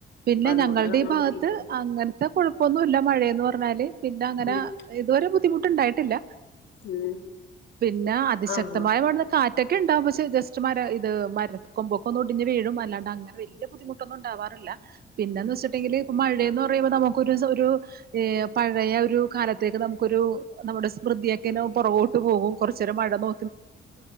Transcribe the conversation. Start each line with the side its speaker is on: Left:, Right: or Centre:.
Right: പിന്നെ
Left: അതുകൊണ്ട്
Right: ഞങ്ങളുടെ
Left: നമ്മൾ
Right: ഈ ഭാഗത്ത്
Left: നോക്കിക്കോളും
Right: അങ്ങനത്തെ കുഴപ്പമൊന്നും ഇല്ല മഴയെന്ന് പറഞ്ഞാല് പിന്നെ അങ്ങനെ
Left: ഉം
Right: ഇതുവരെ ബുദ്ധിമുട്ട് ഉണ്ടായിട്ടില്ല
Left: ഉം
Right: പിന്നാ അതിശ
Left: ആഹ്
Right: ശക്തമായ ഇവിടുന്നു കാറ്റൊക്കെണ്ടാവും പക്ഷെ ജസ് മര ഇത് മര കൊമ്പൊക്കെ ഒന്നും ഒടിഞ്ഞ് വീഴും അല്ലാണ്ട് അങ്ങനെ വലിയ ബുദ്ധിമുട്ടൊന്നും ഉണ്ടാവാറില്ല പിന്നെന്ന് വെച്ചിട്ടണ്ടെങ്കില് ഇപ്പ മഴയെന്ന് പറയുമ്പോൾ നമുക്കൊരു ഒരു പഴയ ഒരു കാലത്തേക്ക് നമുക്കൊരു നമ്മുടെ വൃദിയാക്കിലോ പുറകോട്ട് പോകും കുറച്ച് നേരം മഴ നോ